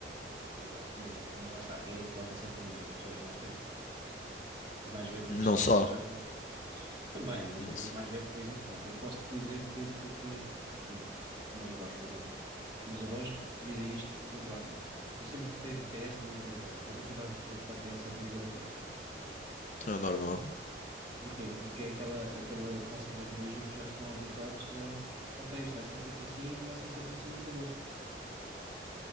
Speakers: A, on the right (about 25°); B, on the left (about 45°).
A: exato, mas, mas lá está, quem é que vota sempre no mesmo? São os mais velhos. Os mais velhos é
B: Não
A: que estão,
B: só.
A: é que já estão. Também, mas
B: Não
A: os
B: só.
A: mais velhos, por exemplo, ah, eu posso dizer que, que conheço, conheço os meus avós, por exemplo. Os meus avós dizem isto literalmente. Eu sempre votei PS na minha vida toda, vou continuar a votar PS a minha vida toda.
B: Então é normal.
A: Porquê? Porque é aquela, aquele conservadorismo que já estão habituados a, ok, isto vai ser sempre assim, vai ser sempre assim e acabou.